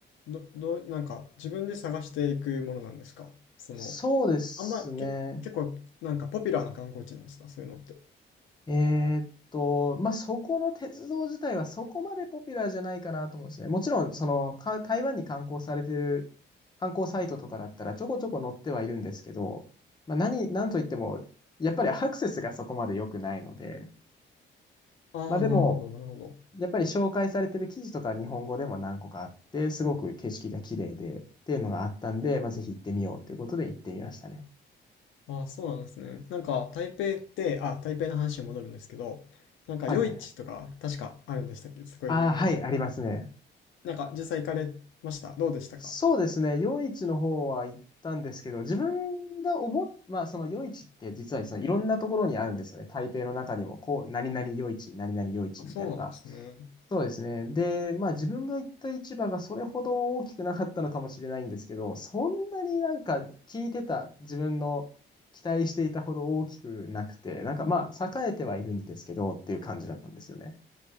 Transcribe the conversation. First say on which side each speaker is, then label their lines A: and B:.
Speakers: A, on the left (about 75°); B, on the left (about 20°).
A: ど、どう、なんか自分で探していくものなんですかその、
B: そうですね。
A: あんま、け、結構なんかポピュラーな観光地なんですかそういうのって。
B: えーっと、まあ、そこの鉄道自体はそこまでポピュラーじゃないかなと思うんですね。もちろん、その、か台湾に観光されてる観光サイトとかだったらちょこちょこ載ってはいるんですけど、まあ、何、なんといっても、やっぱりアクセスがそこまで良くないので、
A: ああ、
B: まあ、でも、
A: なるほど、なるほど。
B: やっぱり紹介されてる記事とか日本語でも何個かあって、すごく景色が綺麗でっていうのがあったんで、まあ、ぜひ行ってみようということで行ってみましたね。
A: ああ、そうなんですね。なんか、台北って、あ、台北の話に戻るんですけど、なんか、
B: はいはいはい。
A: 夜市とか、確かあるんでしたっけすごい有名な。
B: ああ、はい、ありますね。
A: なんか、実際行かれましたどうでしたか
B: そうですね。夜市の方は行ったんですけど、自分が思っ、まあその夜市って実はそのいろんなところにあるんですよね。台北の中にも、こう、何々夜市、何々夜市みたいのが。
A: あ、そうなんですね。
B: そうですね。で、まあ自分が行った市場がそれほど大きくなかったのかもしれないんですけど、そんなになんか聞いてた自分の期待していたほど大きくなくて、なんかまあ栄えてはいるんですけどっていう感じだったんですよね。